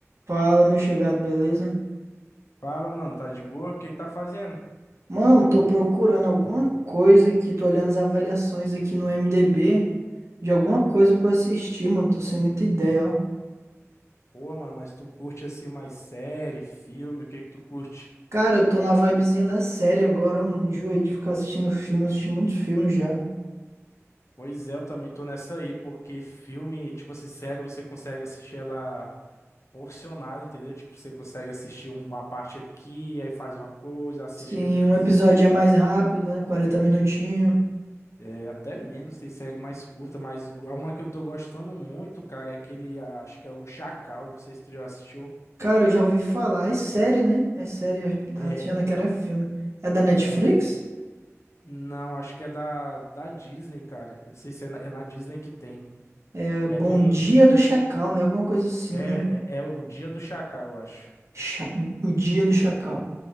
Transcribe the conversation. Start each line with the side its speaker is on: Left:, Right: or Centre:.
Right: Fala, meu chegado, beleza?
Left: Fala, mano, tá de boa? O que que tá fazendo?
Right: Mano, tô procurando alguma coisa aqui, tô olhando as avaliações aqui no IMDb de alguma coisa pra eu assistir, mano, tô sem muita ideia, ó.
Left: Pô, mano, mas tu curte assim mais série, filme, o que que tu curte?
Right: Cara, eu tô na vibezinha da série agora, ó, mano, enjoei de ficar assistindo filme, assisti muito filme já.
Left: Pois é, eu também tô nessa aí, porque filme, tipo assim, série você consegue assistir ela porcionada, entendeu? Tipo, você consegue assistir um, uma parte aqui, aí faz uma coisa, assiste
Right: Sim,
Left: outro episódio.
Right: um episódio é mais rápido, né, 40 minutinhos.
Left: É, até menos, tem série mais curta, mas a uma que eu tô gostando muito, cara, é aquele, acho que é o Chacal, não sei se tu já assistiu.
Right: Cara, eu já ouvi falar, é série, né? É série, eu tava
Left: É,
Right: achando que era filme. É da Netflix?
Left: é, não, acho que é da, da Disney, cara. Não sei se é na é na Disney que tem.
Right: É Bom
Left: É de um.
Right: Dia do Chacal, né? Alguma coisa assim,
Left: É,
Right: né?
Left: é, é o Dia do Chacal, eu acho.
Right: Cha- O Dia do Chacal.